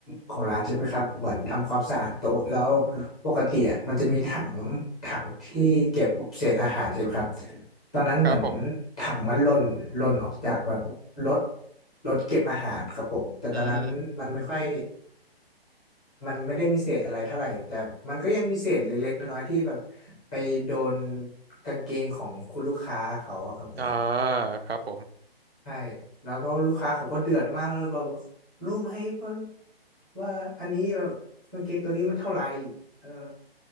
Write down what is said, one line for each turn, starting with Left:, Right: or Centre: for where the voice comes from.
Centre: ของร้านใช่ไหมครับเหมือนทำความสะอาดโต๊ะแล้วปกติอะมันจะมีถังถังที่เก็บเศษอาหารใช่ไหมครับตอนนั้นเหมือน
Right: ครับผม
Centre: ถังมันหล่นหล่นออกจากแบบรถรถเก็บอาหารครับผมแต่ตอนนั้นมันไม่ค่อย
Right: อืม
Centre: มันไม่ได้มีเศษอะไรเท่าไหร่แต่มันก็ยังมีเศษเล็กๆน้อยๆที่แบบไปโดนกางเกงของคุณลูกค้าเขาอะครับผม
Right: อ่าครับผม
Centre: ใช่แล้วก็ลูกค้าเขาก็เดือดมากแล้วแบบว่ารู้ไหมว่าว่าอันนี้แบบกางเกงตัวนี้มันเท่าไหร่เออ